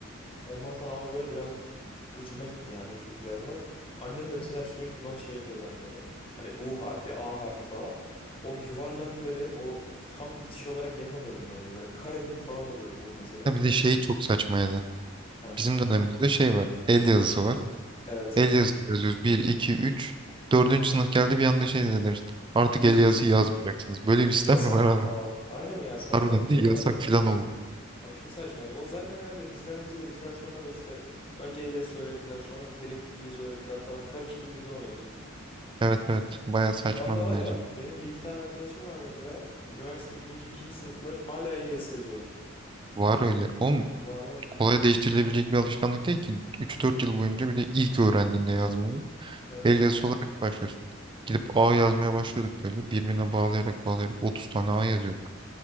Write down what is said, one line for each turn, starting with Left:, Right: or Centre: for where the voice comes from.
Left: Ondan sonra ama böyle birazcık gıcıma gitti yani o şekilde yazmak. Annem de mesela sürekli bana şey yapıyordu hani böyle hani U harfi, A harfi falan. O yuvarlakları o tam geçiş olarak yapamıyordum ben onu. Böyle kare gibi falan oluyordu U mesela.
Right: Ha bir de şey çok saçmaydı.
Left: Ha,
Right: Bizim dönemimizde şey var. El yazısı var.
Left: evet.
Right: El yazısı yazıyoruz. bir 2 üç Dördüncü sınıf geldi bir anda şey dediler işte. Artık
Left: Düz
Right: el
Left: yazı.
Right: yazısı yazmayacaksınız. Böyle bir sistem
Left: Yasak
Right: mi var abi?
Left: falan. Aynen ya saçmalık
Right: Harbiden bir
Left: da o
Right: de
Left: var
Right: yasak
Left: ya.
Right: filan oldu.
Left: Aşırı saçmaydı. O zaten herhalde bizden önce de bizden sonra da işte önce el yazısı öğrettiler sonra direkt düz yazı öğrettiler falan karıştı durdu o mevzu.
Right: Evet evet. Baya saçma
Left: Şu anda
Right: bir
Left: var
Right: mevzu.
Left: ya benim bir iki tane arkadaşım var mesela üniversite birinci ikinci sınıflar hala el yazısı yazıyorlar.
Right: Var öyle. Oğlum
Left: Var var.
Right: kolay değiştirilebilecek bir alışkanlık değil ki. üç dört yıl boyunca bir de ilk öğrendiğinde yazmayı
Left: Evet.
Right: el yazısı olarak başlıyorsun. Gidip A yazmaya başlıyorduk böyle. Birbirine bağlayarak bağlayarak 30 tane A yazıyorduk.